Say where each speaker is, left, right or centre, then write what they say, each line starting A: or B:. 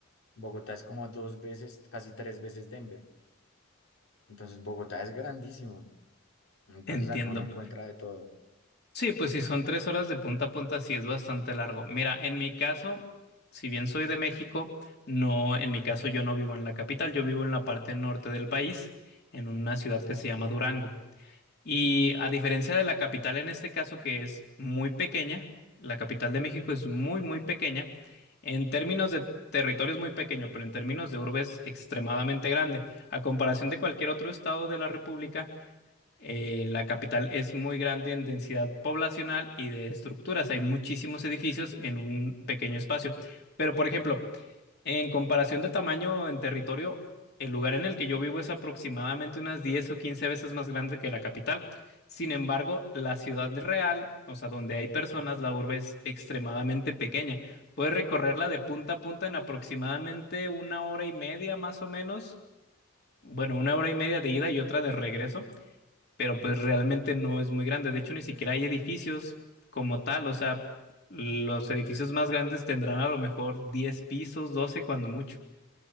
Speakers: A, on the left; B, on the left.
A: Bogotá es como dos veces, casi tres veces Denver. Entonces, Bogotá es grandísimo. Entonces,
B: Entiendo.
A: acá uno encuentra de todo.
B: Sí, pues si son tres horas de punta a punta, sí es bastante largo. Mira, en mi caso, si bien soy de México, no, en mi caso yo no vivo en la capital, yo vivo en la parte norte del país, en una ciudad que se llama Durango. Y a diferencia de la capital en este caso, que es muy pequeña, la capital de México es muy, muy pequeña, en términos de territorio es muy pequeño, pero en términos de urbe es extremadamente grande. A comparación de cualquier otro estado de la República, eh, la capital es muy grande en densidad poblacional y de estructuras. Hay muchísimos edificios en un pequeño espacio. Pero, por ejemplo, en comparación de tamaño en territorio, el lugar en el que yo vivo es aproximadamente unas 10 o 15 veces más grande que la capital. Sin embargo, la ciudad real, o sea, donde hay personas, la urbe es extremadamente pequeña. Puedes recorrerla de punta a punta en aproximadamente una hora y media, más o menos. Bueno, una hora y media de ida y otra de regreso, pero pues realmente no es muy grande. De hecho, ni siquiera hay edificios como tal. O sea, los edificios más grandes tendrán a lo mejor 10 pisos, 12 cuando mucho.